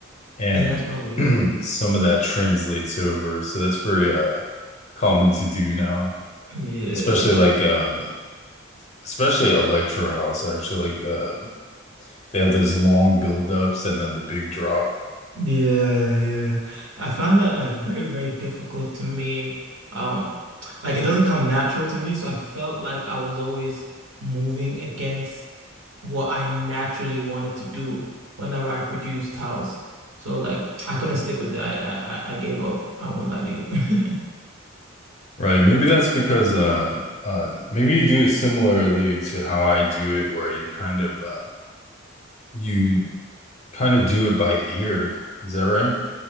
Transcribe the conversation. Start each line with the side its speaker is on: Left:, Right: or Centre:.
Left: and
Right: Yeah, that's probably
Left: <clears throat>
Right: it.
Left: some of that translates over. So that's very uh common to do now.
Right: Yeah, yeah.
Left: Especially like um especially electro house actually like um They have this long buildups and then the big drop.
Right: Yeah, yeah. I find that like very, very difficult to me. Um, like it doesn't come natural to me, so I felt like I was always moving against what I naturally wanted to do whenever I produced house. So like I couldn't stick with it. I I, I I gave up. I won't lie to you. <laughs>
Left: Right. Maybe that's because uh uh maybe you do it similarly to how I do it where you kind of uh you kind of do it by ear. Is that right?